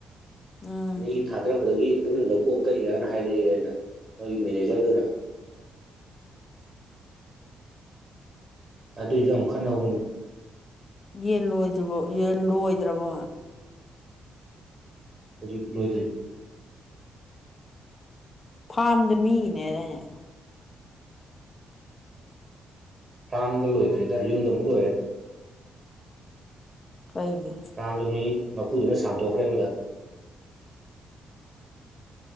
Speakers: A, on the left; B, on the right.
A: ꯎꯝ
B: ꯃꯤꯒꯤ ꯊꯥꯗꯔꯛꯄꯗꯒꯤ ꯇꯨꯃꯤꯟꯅ ꯂꯧꯊꯣꯛ ꯀꯛꯏꯔꯅ ꯍꯥꯏꯔꯛꯑꯦꯅ ꯃꯣꯏꯒꯤ ꯃꯦꯅꯦꯖꯔꯗꯨꯅ ꯁꯨ ꯑꯣꯈꯅ ꯍꯧꯕ
A: ꯌꯦꯟꯂꯣꯏꯗ꯭ꯔꯤꯕꯣ ꯌꯦ ꯂꯣꯏꯗ꯭ꯔꯕꯣ
B: ꯍꯧꯖꯤꯛ ꯂꯣꯏꯗ꯭ꯔꯤ
A: ꯐꯥꯔꯝꯗ ꯃꯤꯅꯦꯗꯅꯦ
B: ꯐꯥꯝꯗ ꯂꯣꯏꯗ꯭ꯔꯤꯗ ꯌꯨꯝꯗ ꯑꯃꯨꯛ ꯂꯣꯏꯔꯦ
A: ꯀꯩꯒꯤ
B: ꯔꯥꯝꯗ ꯃꯤ ꯃꯄꯨꯗꯨꯅ ꯁꯥꯟꯇꯣꯛꯈ꯭ꯔꯦ ꯑꯃꯗ